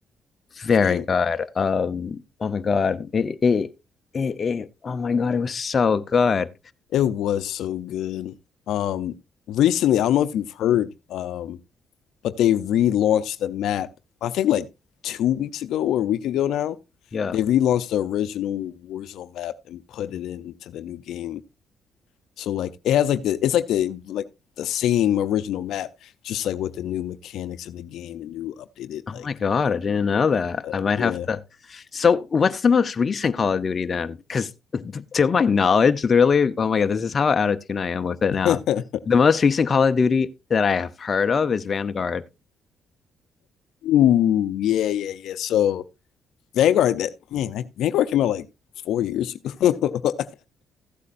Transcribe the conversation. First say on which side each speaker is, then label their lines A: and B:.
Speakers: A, on the left; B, on the left.
A: Very
B: same.
A: good. Um, oh my God. It, it, it, it, oh my God, it was so good.
B: It was so good. Um, recently, I don't know if you've heard, um, but they relaunched the map. I think like two weeks ago or a week ago now.
A: Yeah.
B: They relaunched the original Warzone map and put it into the new game. So like it has like the it's like the like the same original map, just like with the new mechanics of the game and new updated
A: Oh
B: like
A: my God, I didn't know that.
B: uh,
A: I might
B: yeah.
A: have to. So, what's the most recent Call of Duty then? Because <laughs> to my knowledge, literally, oh my God, this is how out of tune I am with it now.
B: <laughs>
A: The most recent Call of Duty that I have heard of is Vanguard.
B: Ooh, yeah, yeah, yeah. So Vanguard that man, that, Vanguard came out like four years ago. <laughs>